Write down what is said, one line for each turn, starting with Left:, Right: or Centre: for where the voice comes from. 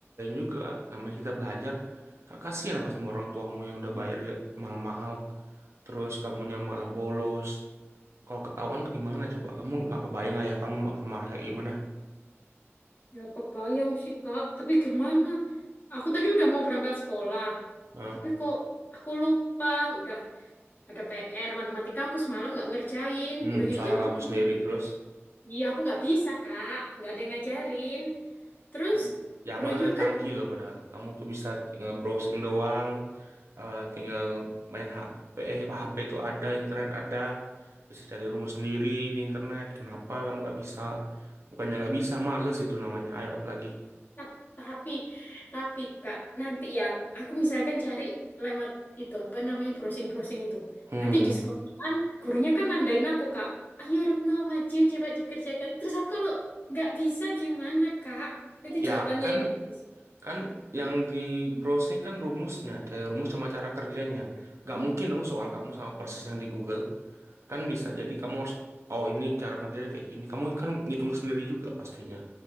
Right: juga namanya kita belajar gak kasihan apa sama orang tuamu yang udah bayar ya mahal-mahal terus kamunya malah bolos kalau ketahuan gimana coba kamu nggak kebayang ayah kamu bakal marah kayak gimana
Left: Ya kebayang sih, Kak. Tapi gimana? Aku tadi udah mau berangkat sekolah,
Right: nah,
Left: tapi kok aku lupa udah ada PR matematika aku semalam nggak ngerjain.
Right: hmm
Left: Udah gitu
Right: salah
Left: kan gurunya,
Right: kamu sendiri terus
Left: iya aku nggak bisa, Kak. Nggak ada yang ngajarin. Terus
Right: Hmm, Zaman
Left: gurunya
Right: udah
Left: kan
Right: canggih loh padahal. Kamu tuh bisa tinggal browsing doang, eh, tinggal main HP, HP tuh ada, internet ada. Bisa cari rumah sendiri di internet. Kenapa kamu gak bisa? Bukannya gak bisa, males itu namanya. Ayo apalagi.
Left: Tap- Tapi, tapi Kak, nanti ya, aku misalkan cari lewat itu apa namanya browsing-browsing itu.
Right: Hmm,
Left: Nanti di sekolahan, gurunya kan nandain aku Kak, ayo Retno maju coba dikerjakan. Terus aku kalau nggak bisa gimana Kak? Itu
Right: ya
Left: jawabannya
Right: kan
Left: yang bisa.
Right: kan yang di browsing kan rumusnya, kayak rumus sama cara kerjanya. Gak mungkin dong soal kamu sama persis yang di Google. Kan bisa jadi kamu harus, oh ini cara kerjanya kayak gini. Kamu kan ngitung sendiri juga pastinya.